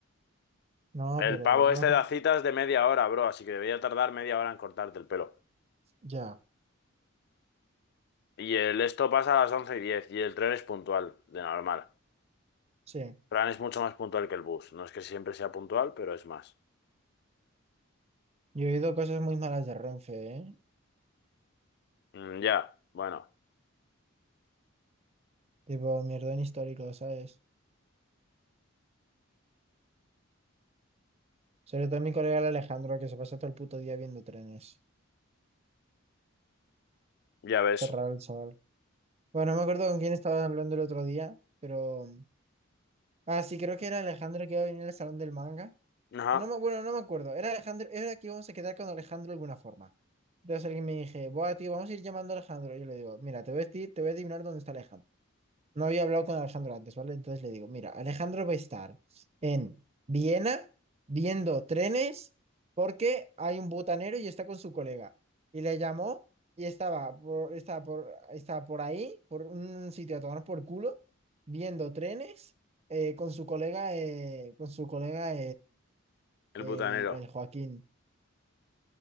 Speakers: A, on the right; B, on the left.
A: No,
B: El
A: pero
B: pavo
A: no,
B: este
A: ti-
B: da citas de media hora, bro, así que debería tardar media hora en cortarte el pelo.
A: ya,
B: Y el esto pasa a las once y diez, y el tren es puntual, de normal.
A: sí.
B: Fran es mucho más puntual que el bus. No es que siempre sea puntual, pero es más.
A: Yo he oído cosas muy malas de Renfe, ¿eh?
B: Mm, ya, bueno,
A: Tipo, mierdón histórico, ¿sabes? Sobre todo mi colega el Alejandro, que se pasa todo el puto día viendo trenes.
B: ya ves.
A: Qué raro el chaval. Bueno, no me acuerdo con quién estaba hablando el otro día, pero... Ah, sí, creo que era Alejandro que iba a venir al salón del manga.
B: Ajá,
A: No me, bueno, no me acuerdo. Era Alejandro, era que íbamos a quedar con Alejandro de alguna forma. Entonces alguien me dije, Buah, tío, vamos a ir llamando a Alejandro. Y yo le digo, mira, te voy a decir, te voy a adivinar dónde está Alejandro. No había hablado con Alejandro antes, ¿vale? Entonces le digo, mira, Alejandro va a estar en Viena viendo trenes porque hay un butanero y está con su colega. Y le llamó y estaba por, estaba por, estaba por ahí, por un sitio a tomar por culo, viendo trenes eh, con su colega, eh, con su colega
B: el
A: el,
B: butanero.
A: el Joaquín.